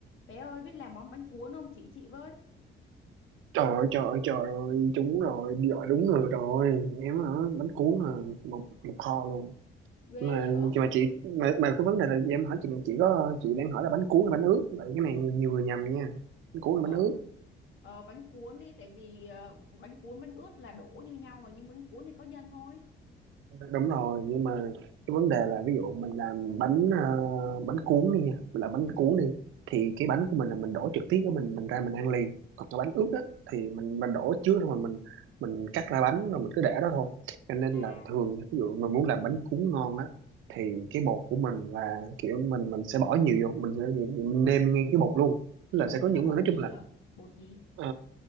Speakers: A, on the left; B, on the right.
A: Bé ơi biết làm món bánh cuốn không chị chị với
B: Trời ơi, trời ơi, trời ơi, trúng rồi, đi gọi đúng người rồi. Em hả, bánh cuốn là một một kho luôn.
A: ghê
B: Mà
A: vậy
B: mà chị mà, mà cái vấn đề là em hỏi chị này chị có chị đang hỏi là bánh cuốn hay bánh ướt. Vậy cái này nhiều người nhầm nha. Bánh cuốn là
A: ờ,
B: bánh ướt.
A: ờ, bánh cuốn đi tại vì ờ, bánh cuốn bánh ướt là đổ như nhau mà nhưng bánh cuốn thì có nhân thôi
B: đúng rồi nhưng mà cái vấn đề là ví dụ mình làm bánh ờ, bánh cuốn đi nha mình làm bánh
A: ừ
B: cuốn đi thì cái bánh của mình là mình đổ trực tiếp của mình mình ra mình ăn liền còn cái bánh
A: đúng
B: ướt
A: rồi
B: á thì mình mình đổ trước rồi mà mình mình cắt ra bánh rồi mình cứ để đó thôi cho nên
A: à
B: là thường ví dụ mình muốn làm bánh cuốn ngon á thì cái bột của mình là kiểu mình mình sẽ bỏ nhiều vô mình sẽ nhiều- mình nêm ngay cái bột luôn Tức là
A: bột
B: sẽ có
A: đó
B: những
A: là bột
B: người nói chung
A: gì
B: là
A: vậy bột gì
B: ờ,